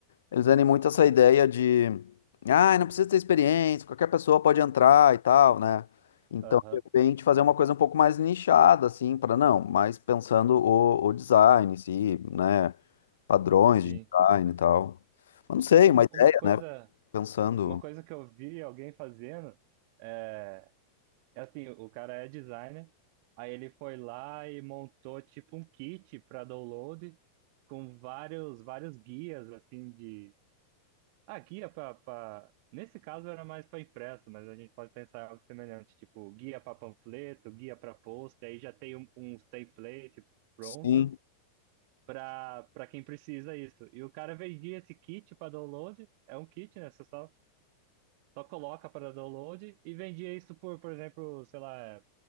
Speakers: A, on the left (about 65°); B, on the right (about 45°).
A: eles vendem muito essa ideia de, ah, não precisa ter experiência, qualquer pessoa pode entrar e tal, né, então
B: Aham,
A: de repente fazer uma coisa um pouco mais nichada, assim, para não, mas pensando o, o design em si, né, padrões
B: sim.
A: de design e tal, mas não sei,
B: Uma,
A: uma ideia,
B: uma coisa,
A: né, pensando,
B: uma coisa que eu vi alguém fazendo é, é assim, o cara é designer, aí ele foi lá e montou tipo um kit para download com vários, vários guias, assim, de Aqui guia para. Nesse caso era mais para impresso, mas a gente pode pensar em algo semelhante, tipo guia para panfleto, guia para post, aí já tem um, uns template pronto
A: sim,
B: para para quem precisa isso. E o cara vendia esse kit para download, é um kit, né? Você só, só coloca para download e vendia isso por, por exemplo, sei lá,